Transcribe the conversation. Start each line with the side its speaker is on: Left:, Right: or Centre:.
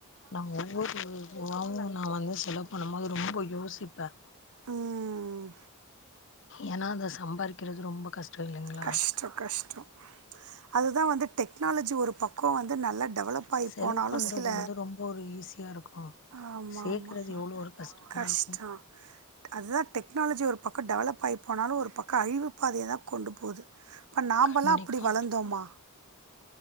Left: நா ஒவ்வொரு ருவாவு நா வந்து செலவு பண்ணும் போது ரொம்ப யோசிப்ப
Right: உம்,
Left: ஏனா அத சம்பாரிக்கிறது ரொம்ப கஷ்ட இல்லைங்ளா
Right: கஷ்டம் கஷ்டம் அதுதான் வந்து டெக்னாலஜி ஒரு பக்க வந்து நல்லா டெவலப் ஆகி
Left: செலவு
Right: போனாலும்
Left: பண்றது
Right: சில
Left: வந்து ரொம்ப ஒரு ஈஸியா இருக்கு
Right: ஆமாம்
Left: சேக்கறது
Right: ஆமாம்
Left: எவ்ள ஒரு கஷ்டமா
Right: கஷ்டம்
Left: இருக்கு
Right: அதுதான் டெக்னாலஜி ஒரு பக்க டெவலப் ஆயி போனாலு ஒரு பக்க அழிவு பாதையதா கொண்டு போது இப்ப நாம்பெலா
Left: கண்டிப்பா
Right: அப்படி வளந்தோமா